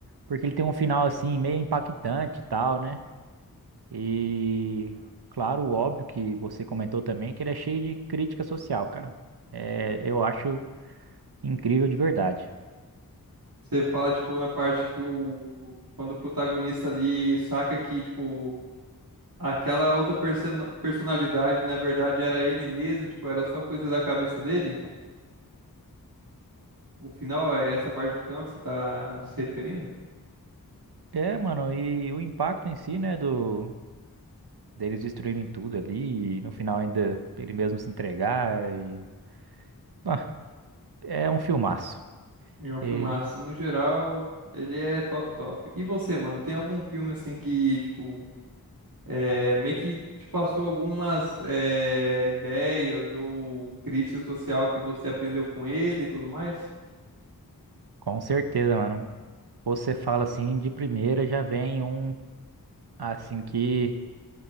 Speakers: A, on the right; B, on the right.
A: porque ele tem um final assim meio impactante e tal, né? E claro, óbvio que você comentou também que ele é cheio de crítica social, cara. É, eu acho incrível de verdade.
B: Você fala, tipo, na parte que o... Quando o protagonista ali saca que, tipo, aquela outra persona- personalidade, na verdade, era ele mesmo, tipo, era só coisa da cabeça dele. O final, é essa parte do final que você tá se referindo?
A: É, mano, e o impacto em si, né, do deles destruírem tudo ali e no final ainda ele mesmo se entregar e Ah, é um filmaço.
B: É um
A: E
B: filmaço. No geral, ele é top, top. E você, mano, tem algum filme, assim, que, tipo, é, meio que te passou algumas é, ideias ou crítica social que você aprendeu com ele e tudo mais?
A: com certeza, mano. Você fala assim de primeira já vem um Assim que